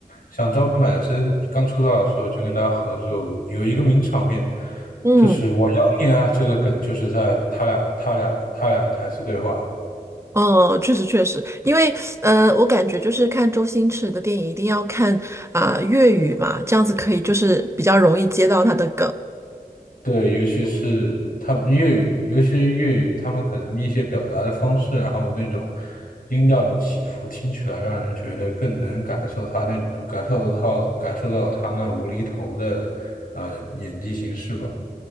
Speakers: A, on the left; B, on the right.
A: 像张柏芝刚出道的时候就跟她合作过，有一个名场面，
B: 嗯。
A: 就是“我咬你啊”这个梗，就是在他俩、他俩、他俩的台词对话。
B: 嗯，确实确实，因为呃，我感觉就是看周星驰的电影一定要看啊、粤语嘛，这样子可以就是比较容易接到他的梗。
A: 对，尤其是他们粤语，尤其是粤语，他们可能一些表达的方式，然后那种音调的起伏，听起来让人觉得更能感受他那感受到感受到他那无厘头的呃演技形式吧。